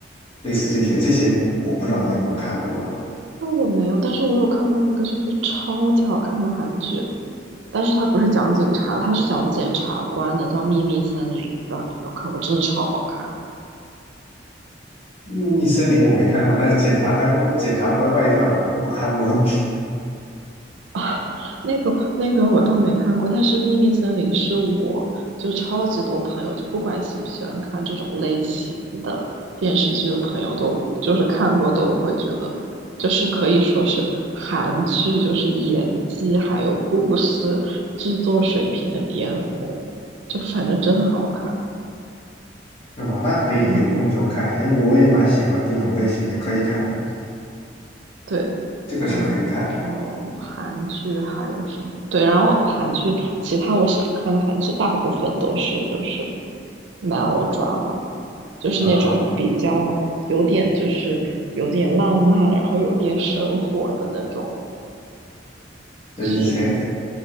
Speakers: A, on the left; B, on the right.
A: 类似这些，这些我不知道你有没有看过啊？
B: 那我没有，但是我有看过一个就是超级好看的韩剧，但是它不是讲警察，它是讲检察官的，叫《秘密森林》，我不知道你有没有看过，真的超好看。
A: 《秘密森林》我没看过，但是《检察官外检察官外传》我我看过。<laughs>
B: <laughs> 啊，那个那个我倒没看过，但是《秘密森林》是我就超级多朋友，就不管喜不喜欢看这种类型的电视剧的朋友都就是看过都会觉得，就是可以说是韩剧就是演技还有故事制作水平的巅峰，就反正真的很好看，
A: 是吗？那可以有空的时候看一下，
B: 嗯。
A: 因为我也蛮喜欢这种类型的，可以看的，
B: 对，
A: 这个是可以看的
B: 然后韩剧还有什么？对，然后韩剧其他我想看的韩剧大部分都是就是 melodrama，就是那种比较有点就是有点浪漫，
A: 啊。
B: 然后有点生活的那种
A: 对，
B: 剧。
A: 以前